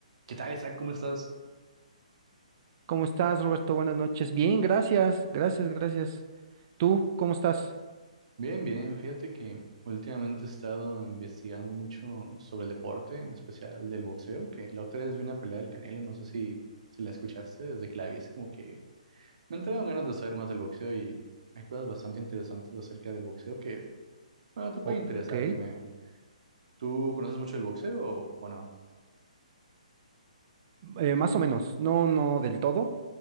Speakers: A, on the right; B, on the right.
A: ¿Qué tal, Isaac? ¿Cómo estás?
B: ¿Cómo estás, Roberto? Buenas noches. Bien, gracias, gracias, gracias. ¿Tú cómo estás?
A: Bien, bien, fíjate que últimamente he estado investigando mucho sobre el deporte, en especial del boxeo, que la otra vez vi una pelea del Canelo, no sé si, si la escuchaste, desde que la vi es como que me entraron ganas de saber más del boxeo y hay cosas bastante interesantes acerca del boxeo que, bueno, te puede
B: Ok,
A: interesar, dime, ¿tú conoces mucho del boxeo o, o no?
B: eh, más o menos, no, no del todo,